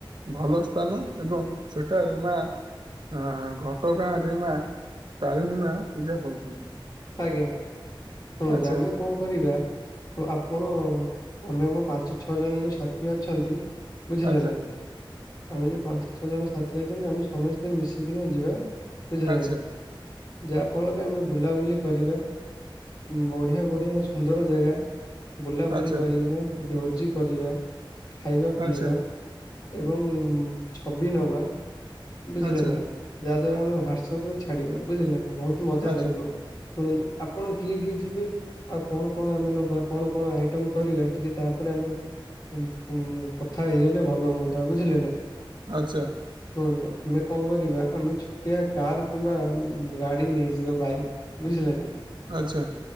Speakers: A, on the right; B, on the left.
A: ଭଲ ସ୍ଥାନ ଏବଂ ସେଠାରେ ମା ଘ ଛୋଟ ଗାଁରେ ମା ତାରିଣୀ ମା ପୂଜା ପାଉଛନ୍ତି।
B: ଆଜ୍ଞା ଶୁଣନ୍ତୁ
A: ଆଚ୍ଛା
B: ଆମେ କଣ କରିବା ଆପଣ ଆମେ ଆମ ପାଞ୍ଚ ଛଅ ଜଣ ଯୋଉ ସାଥି ଅଛନ୍ତି। ବୁଝିଲା
A: ଆଚ୍ଛା
B: ନା ଆମର ଯୋଉ ପାଞ୍ଚ ଛଅ ଜଣ ସାଥି ଅଛନ୍ତି ଆମେ ସମସ୍ତେ ମିଶିକିନା ଯିବା। ବୁଝିଲ
A: ଆଚ୍ଛା
B: ନାି ଯାହା ଫଳରେ ଆମେ ବୁଲାବୁଲି କରିବା ବଢିଆ ବଢିଆ ସୁନ୍ଦର ଜାଗା ବୁଲାବୁଲି
A: ଆଚ୍ଛା
B: କରିକିନା ଭୋଜି କରିବା ଖାଇବା ପିଇବା।
A: ଆଚ୍ଛା
B: ଏବଂ ଛବି ନବା ବୁଝିଲେ
A: ଆଚ୍ଛା
B: ନା। ଯାହା ଦ୍ଵାରା ଆମେ ହ୍ୱାଟ୍ସପ ରେ ଛାଡିବା ବୁଝିଲେ ବହୁତ ମଜା
A: ଆଚ୍ଛା
B: ଲାଗିବ। ଶୁଣନ୍ତୁ ଆପଣ କିଏ କିଏ ଯିବେ? ଆଉ କଣ କଣ ଆମେ ନବା କଣ କଣ ଆଇଟମ କରିବା ଟିକେ ତାପରେ ଆମେ ହୁଁ ହୁଁ କଥା ହେଇଗଲେ ଭଲ ହୁଅନ୍ତା ବୁଝିଲେ ନା।
A: ଆଚ୍ଛା।
B: ଶୁଣନ୍ତୁ ଆମେ କଣ କରିବା ଆମେ ଛୋଟିଆ କାର୍ କିମ୍ବା ଗାଡ଼ି ନେଇଯିବା ବାଇକ୍ ବୁଝିଲେ ନା।
A: ଆଚ୍ଛା।